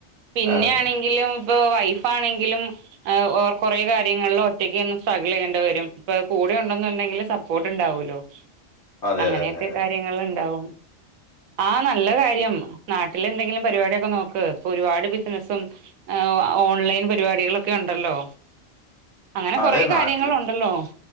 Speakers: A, on the right; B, on the left.
A: പിന്നെ
B: അതെ.
A: ആണെങ്കിലും. ഇപ്പൊ വൈഫ് ആണെങ്കിലും. ഏ ഓർ കൊറേ കാര്യങ്ങളിൽ ഒറ്റയ്ക്ക് നിന്ന് സ്ട്രഗിൾ ചെയ്യേണ്ടി വരും ഇപ്പ കൂടെ ഉണ്ടെന്നുണ്ടെങ്കിൽ സ പ്പോട്ട് ഇണ്ടാവൂല്ലോ?
B: അതെ,
A: അങ്ങനെയൊക്കെ
B: അതെ, അതെ, അതെ.
A: കാര്യങ്ങള്ണ്ടാവും ആ നല്ല കാര്യം. ഉം നാട്ടിലെന്തെങ്കിലും പരിപാടിയൊക്കെ നോക്ക് ഇപ്പൊ ഒരുപാട് ബിസിനസ്സും. ഏ ആ ഓൺലൈൻ പരിപാടികളൊക്കെ ഉണ്ടല്ലോ? അങ്ങനെ
B: അതെ
A: കൊറേ
B: നാട്ടില്
A: കാര്യങ്ങളുണ്ടല്ലോ